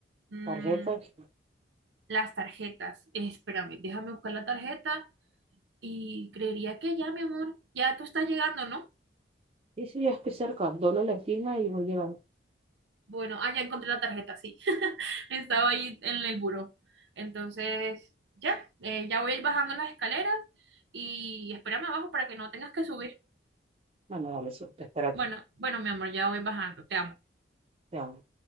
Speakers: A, on the right; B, on the right.
A: mm,
B: Tarjetas,
A: las tarjetas. Eh, espérame, déjame buscar la tarjeta y creería que ya, mi amor, ya tú estás llegando, ¿no?
B: Sí, sí, ya estoy cerca. Doblo la esquina y voy llegando.
A: Bueno, ah, ya encontré la tarjeta, sí. <laughs> Estaba ahí en el buró. Entonces, ya, eh, ya voy a ir bajando las escaleras y espérame abajo para que no tengas que subir.
B: Bueno, dale, sí, te espero aquí.
A: Bueno, bueno, mi amor, ya voy bajando. Te amo.
B: Te amo.